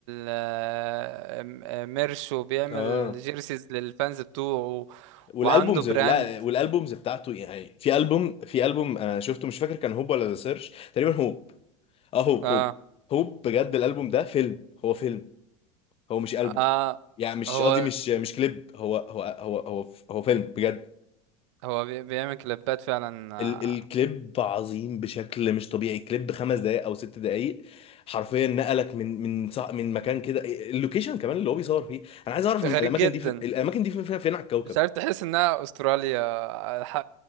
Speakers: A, on the right; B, on the left.
A: آه، آم- آه، ميرش وبيعمل
B: اه
A: جيرسيز للفانز بتوعه
B: والالبومز
A: وعنده براند
B: لا والالبومز بتاعته يعني في البوم في البوم انا شفته مش فاكر كان هوب ولا ذا سيرش تقريبا هوب اه هوب
A: اه
B: هوب هوب بجد الالبوم ده فيلم هو فيلم هو مش ألبوم
A: اه
B: يعني مش
A: هو
B: قصدي مش مش كليب هو هو هو هو هو فيلم بجد
A: هو بي- بيعمل كليبات فعلا آه،
B: ال الكليب عظيم بشكل مش طبيعي كليب خمس دقايق او ست دقايق حرفيا نقلك من من صع- من مكان كده اللوكيشن كمان اللي هو بيصور فيه انا عايز اعرف الاماكن
A: غريب جدا
B: دي في الاماكن دي فين فين فين على الكوكب
A: مش عارف تحس انها استراليا آه، الح-